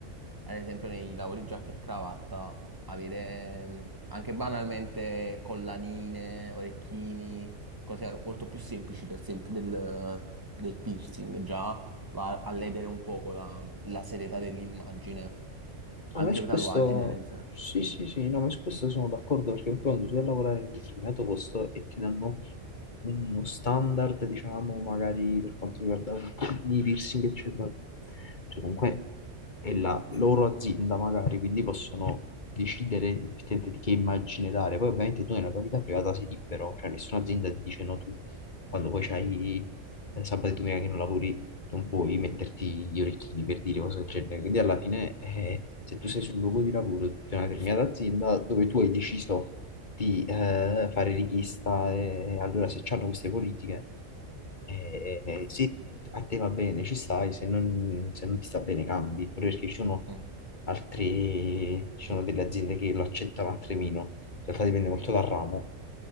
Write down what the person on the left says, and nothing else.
No, ma su
questo,
sì, sì, sì, no, ma su questo sono d'accordo perché comunque quando tu vai a lavorare in un determinato posto e ti danno uno standard, diciamo, magari per quanto riguarda i piercing, eccetera, cioè comunque è la loro azienda magari, quindi possono decidere effettivamente di che immagine dare. Poi ovviamente tu nella tua vita privata sei libero, cioè nessuna azienda ti dice no tu, quando poi c'hai eh, sabato e domenica che non lavori non puoi metterti gli orecchini per dire cose del genere. Quindi alla fine, eh, se tu sei sul luogo di lavoro di una determinata azienda dove tu hai deciso di eh, fare richiesta, e allora se c'hanno queste politiche, eh, eh, se a te va bene ci stai, se non, se non ti sta bene cambi, proprio perché ci sono
altre, ci sono delle aziende che lo accettano, altre meno. In realtà dipende molto dal ramo,